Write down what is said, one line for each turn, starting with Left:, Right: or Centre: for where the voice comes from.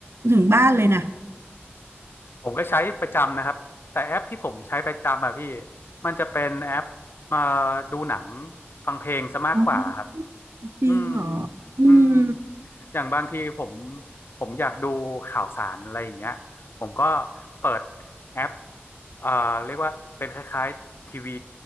Right: ถึงบ้านเลยนะ
Left: ผมก็ใช้ประจำนะครับแต่แอปที่ผมใช้ประจำอะพี่มันจะเป็นแอปมาดูหนังฟังเพลงซะมากกว่าครับ
Right: อ๋อจริงเหรอ
Left: อืม
Right: อืม
Left: อืมอย่างบางทีผมผมอยากดูข่าวสารอะไรอย่างเงี้ยผมก็เปิดแอปเอ่อเรียกว่าเป็นคล้ายๆทีวี